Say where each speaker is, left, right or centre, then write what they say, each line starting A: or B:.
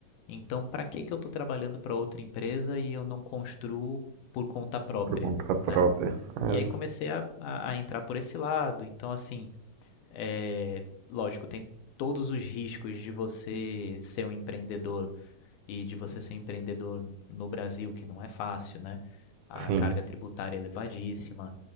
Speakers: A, on the left; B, on the right.
A: então para que que eu estou trabalhando para outra empresa e eu não construo por conta própria,
B: por conta própria.
A: né?
B: É,
A: E aí comecei a, a entrar por esse lado. Então, assim, é, lógico, tem todos os riscos de você ser um empreendedor e de você ser empreendedor no Brasil, que não é fácil, né? A
B: sim,
A: carga tributária é elevadíssima,